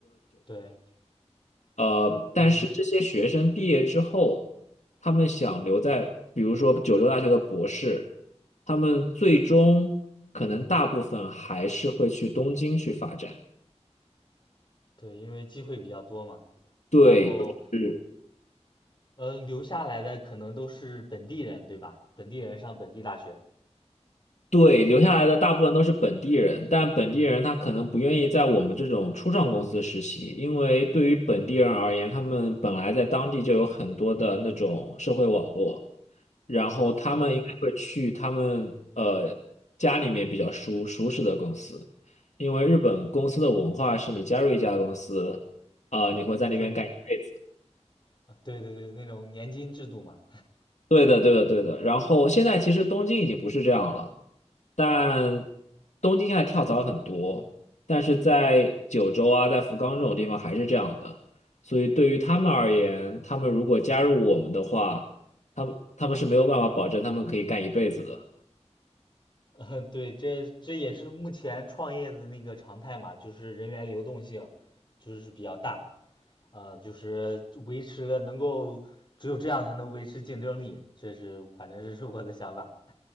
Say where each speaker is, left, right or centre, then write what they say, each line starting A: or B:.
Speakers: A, on the left; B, on the left.
A: 对，
B: 呃，但是这些学生毕业之后，
A: 嗯，
B: 他们想留在，比如说九州大学的博士，他们最终可能大部分还是会去东京去发展。
A: 对，因为机会比较多嘛。
B: 对，
A: 然后，
B: 就是。
A: 呃，留下来的可能都是本地人，对吧？本地人上本地大学。
B: 对，留下来的大部分都是本地人，但本地人他可能不愿意在我们这种初创公司实习，因为对于本地人而言，他们本来在当地就有很多的那种社会网络，然后他们应该会去他们呃家里面比较熟舒适的公司，
A: 哦，
B: 因为日本公司的文化是你加入一家公司，呃，你会在那边干一辈子。
A: 就，啊，对对对，那种年金制度嘛。
B: 对的，对的，对的。然后现在其实东京已经不是这样了，但东京现在跳槽很多，但是在九州啊，在福冈这种地方还是这样的。所以对于他们而言，他们如果加入我们的话，他们他们是没有办法保证他们可以干一辈子的。
A: <laughs> 嗯，对，这这也是目前创业的那个常态嘛，就是人员流动性就是比较大，呃，就是维持了能够只有这样才能维持竞争力，这是反正这是我的想法。